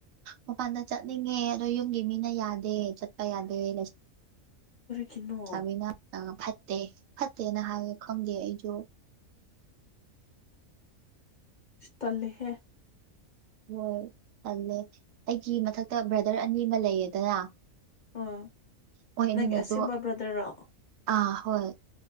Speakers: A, on the right; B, on the left.
A: ꯃꯄꯥꯟꯗ ꯆꯠꯅꯤꯡꯉꯦ ꯑꯗꯣ ꯌꯨꯝꯒꯤ ꯃꯤꯅ ꯌꯥꯗꯦ ꯆꯠꯄ ꯌꯥꯗꯦ ꯂꯩ
B: ꯀꯔꯤꯒꯤꯅꯣ
A: ꯁꯥꯕꯤꯅ ꯑ ꯐꯠꯇꯦ ꯐꯠꯇꯦꯅ ꯍꯥꯏꯌꯦ ꯈꯪꯗꯦ ꯑꯩꯖꯨ
B: ꯏꯁ ꯇꯜꯂꯦꯍꯦ
A: ꯍꯣꯏ ꯇꯜꯂꯦ ꯑꯩꯒꯤ ꯃꯊꯛꯇ ꯕ꯭ꯔꯗꯔ ꯑꯅꯤ ꯑꯃ ꯂꯩꯌꯦꯗꯅ
B: ꯑꯣ
A: ꯃꯣꯏ ꯑꯅꯤꯅꯁꯨ
B: ꯅꯪꯒꯤ ꯑꯁꯦꯡꯕ ꯕꯗ꯭ꯔꯔꯣ
A: ꯑꯥ ꯍꯣꯏ